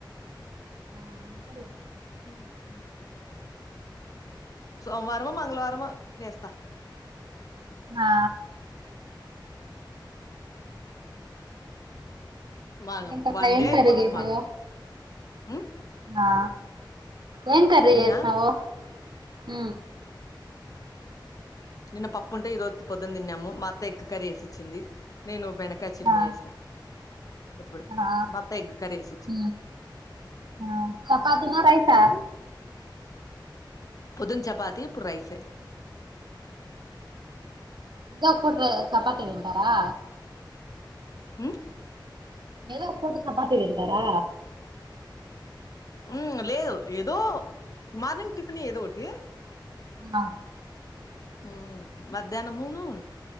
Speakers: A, on the right; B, on the left.
A: ఆ అంతలే
B: అవు సోమవారమో మంగళవారమో చేస్తా
A: ఆ
B: మాగ
A: ఏంటక్కా
B: వన్
A: ఎం
B: డే అయిపోతది
A: కర్రీ చేశావు
B: మారు ఉమ్
A: ఆ ఏం కర్రీ
B: నేనా
A: చేస్నావు హ్మ్
B: నిన్న పప్పు ఉంటే ఈరోజు త పొద్దునా తిన్నాము మా అత్త ఎగ్ కర్రీ ఎసిచ్చింది నేను బెండకాయ చట్నీ
A: ఆ
B: చేసిన ఇప్పుడు
A: ఆ
B: మా అత్త ఎగ్ కర్రీ వేసి ఇచ్చింది
A: హ్మ్ ఆ చపాతి నా రైసా
B: పొద్దున్న చపాతి ఇప్పుడు రైసే
A: ఇది కాకపోతే చపాతి తింటారా
B: హ్మ్
A: ఎదో ఓ పూట చపాతి తింటారా
B: హ్మ్ లేదు ఎ దో మార్నింగ్ టిఫిన్ ఏదో ఒకటి
A: మ్మా
B: హ్మ్ మధ్యానమును